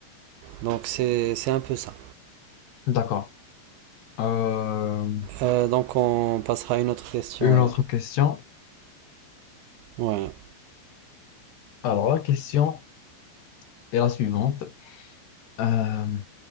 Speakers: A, on the right; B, on the left.
A: donc c'est, c'est un peu ça.
B: D'accord. Euh,
A: Euh, donc, on passera à une autre question
B: une
A: alors.
B: autre question.
A: Ouais.
B: Alors, la question est la suivante. Euh,